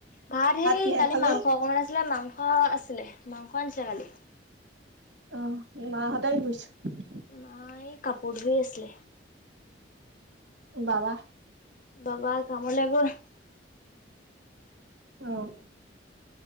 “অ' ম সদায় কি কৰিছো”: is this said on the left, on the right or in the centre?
Right